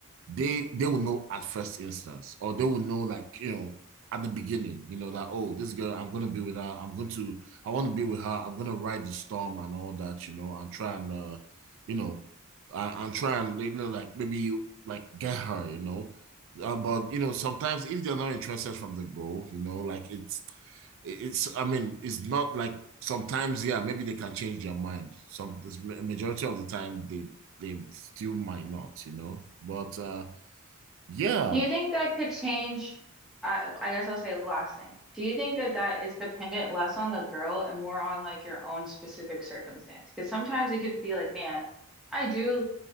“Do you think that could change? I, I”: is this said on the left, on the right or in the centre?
Centre